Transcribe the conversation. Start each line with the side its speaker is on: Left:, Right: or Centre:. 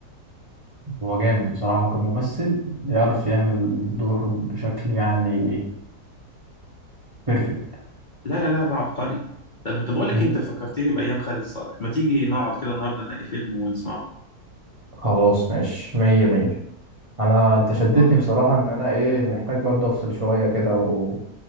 Right: هو جامد بصراحه هو كممثل بيعرف يعمل الدور بشكل يعني بيرفكت
Left: لا لا لا ده عبقري طب انت بقول لك
Right: مم.
Left: انت فكرتني بايام خالد صالح ما تيجي نقعد كده النهارده نلاقي فيلم ونسمعه
Right: خلاص ماشي مية مية انا انت شدتني
Left: أنا-
Right: بصراحة ان انا ايه محتاج برضه افصل شوية كده و...